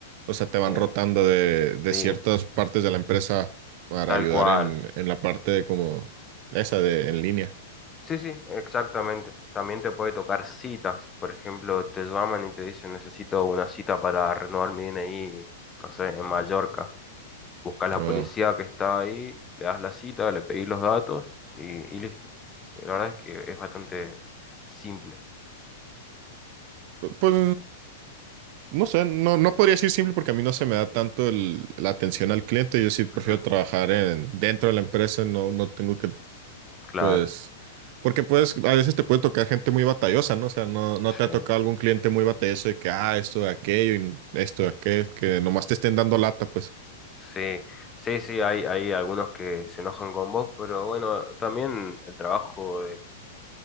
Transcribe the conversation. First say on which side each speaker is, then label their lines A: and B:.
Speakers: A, on the right; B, on the left.
A: O sea, te van
B: eh,
A: rotando de, de
B: sí,
A: ciertas partes de la empresa para
B: tal
A: ayudar
B: cual.
A: en, en la parte de como esa de en línea.
B: Sí, sí, exactamente. También te puede tocar citas, por ejemplo, te llaman y te dicen necesito una cita para renovar mi DNI, no sé, en Mallorca. Buscas la
A: O,
B: policía que está ahí, le das la cita, le pedís los datos y, y listo. La verdad es que es bastante simple.
A: pues no sé, no, no podría decir simple porque a mí no se me da tanto el- la atención al cliente. Yo sí prefiero
B: Ujú,
A: trabajar en, dentro de la empresa, no, no tengo que
B: Claro,
A: pues, porque pues a veces te puede tocar gente muy batallosa, ¿no? O sea, no, no te
B: sí,
A: ha tocado algún cliente muy batalloso de que, ah, esto de aquello, y esto de aquello, que nomás te estén dando lata, pues.
B: sí, sí, sí, hay, hay algunos que se enojan con vos, pero bueno, también el trabajo de-